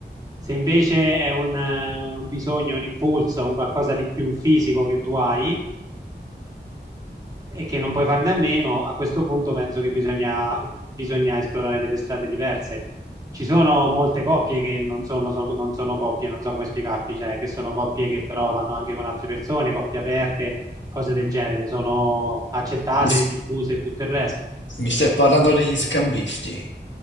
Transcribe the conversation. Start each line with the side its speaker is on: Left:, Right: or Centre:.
Right: Se invece è un, eh, un bisogno, un impulso, un qualcosa di più fisico che tu hai, e che non puoi farne a meno, a questo punto penso che bisogna, bisogna esplorare delle strade diverse. Ci sono molte coppie che non sono, so- non sono coppie, non so come spiegarti, cioè che sono coppie che però vanno anche con altre persone, coppie aperte, cose del genere, sono accettate,
Left: Gli s-
Right: diffuse e tutto il resto.
Left: Mi stai parlando degli scambisti?